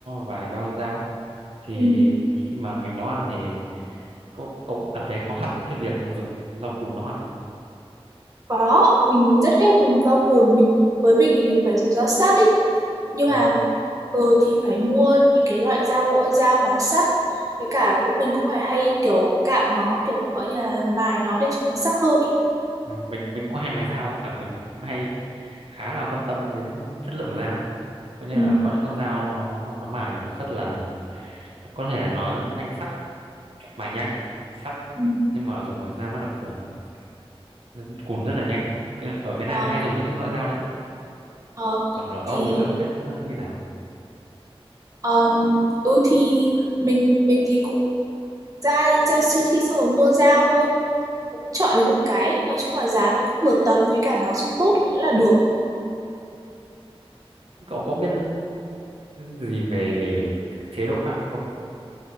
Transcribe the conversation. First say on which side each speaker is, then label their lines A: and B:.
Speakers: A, on the right; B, on the right.
A: vài ba con dao thì
B: Ừ.
A: khi mà mình nấu ăn thì cậu cậu có cảm thấy khó khăn cái việc dùng dao cùn nấu ăn không
B: có mình rất ghét dùng rau cùn mình với mình thì mình phải dùng dao sắt ý nhưng
A: đấy
B: mà ờ thì phải mua những cái loại dao dao mà sắt với cả cũng mình cũng phải hay kiểu cạo nó kiểu gọi như là mài nó để cho nó sắc hơn ý.
A: ừ, mình mình cũng hay mài dao cả mình cũng hay khá là quan tâm đến chất lượng của dao có nghĩa
B: Ừ.
A: là có những con dao nó nó mài nó rất là có thể nó nhanh sắc mài nhanh sắc
B: Ừ.
A: nhưng mà dùng một thời gian nó lại cùn nó cùn rất là nhanh ấy. Cái- ở Việt Nam
B: ờ
A: hay dùng những loại dao đấy
B: ờ
A: còn ở Âu
B: thì
A: thì tôi không biết như nào
B: um, ừ thì mình mình thì cũng ra ra siêu thị xong rồi mua dao thôi cũng chọn lấy một cái nói chung là giá nó cũng vừa tầm với cả nó dùng tốt nữa là được
A: cậu có biết gì về, về các chế độ ăn không